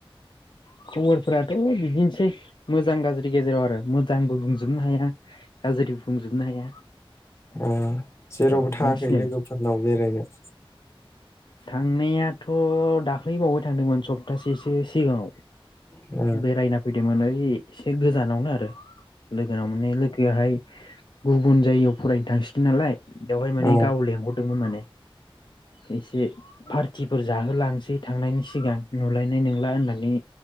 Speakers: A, on the left; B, on the left.
A: खबरफोराथ' बिदिनोसै मोजां गाज्रि गेजेराव आरो मोजांबो बुंजोबनो हाया गाज्रिबो बुंजोबनो हाया।
B: अ जेरावबो
A: औ
B: थाङाखै
A: नोंसिनियालाय
B: लोगोफोरनाव बेरायनो?
A: थांनायाथ' दाख्लैबावै थांदोंमोन सप्तासेसो सिगाङाव।
B: औ
A: बेरायना फैदोंमोन ओइ ए-एसे गोजानावनो आरो। लोगोनाव माने लोगोआहाय गुबुन जायगायाव फरायनो थांसिगोन नालाय बेवहाय माने
B: औ
A: गाव लेंहरदोंमोन माने। एसे पार्टिफोर जाहोलां बे थांनायनि सिगां नुलायनाय नंला होननानै